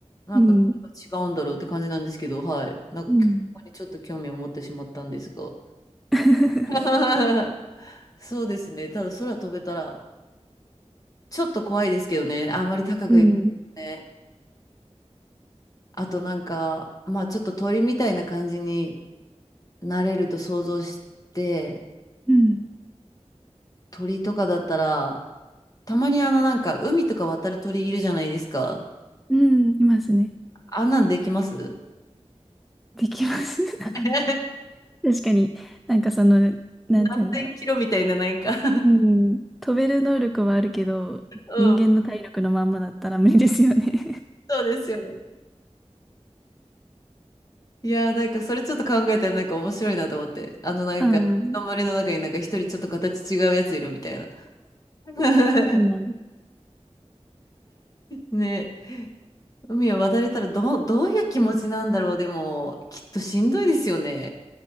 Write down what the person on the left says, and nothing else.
なんか何が違うんだろうって感じなんですけど、
はい。なんか、
ここにちょっと興味を持ってしまったんですが。
<laughs> そうですね。ただ、空飛べたら、ちょっと怖いですけどね。あんまり高く行くとね。
あと、なんか、まあ、ちょっと鳥みたいな感じになれると想像して、
鳥とかだったら、たまにあのなんか海とか渡る鳥いるじゃないですか。
あんなんできます
<laughs>
何千キロみたいななんか <laughs>
うん、
そうですよね。いやーなんかそれちょっと考えたらなんか面白いなと思って。あのなんか、
森の中になんか一人ちょっと形違うやついるみたいな。<laughs>
ね。海を渡れたらどう、どういう気持ちなんだろう。でも、きっとしんどいですよね。